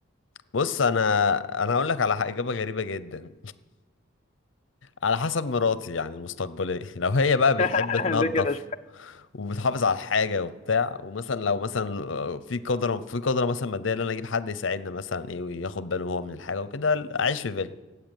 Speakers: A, on the left; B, on the left.
A: بص انا انا هقول لك على ح- اجابه غريبه جدا على حسب مراتي يعني المستقبليه <laughs> لو هي بقى بتحب
B: <laughs>
A: تنظف
B: ليه كده
A: وبتحافظ على الحاجه وبتاع ومثلا لو مثلا آه، في قدره في قدره مثلا ماديه ان انا اجيب حد يساعدنا مثلا ايه وياخد باله هو من الحاجه وكده اعيش في فيلا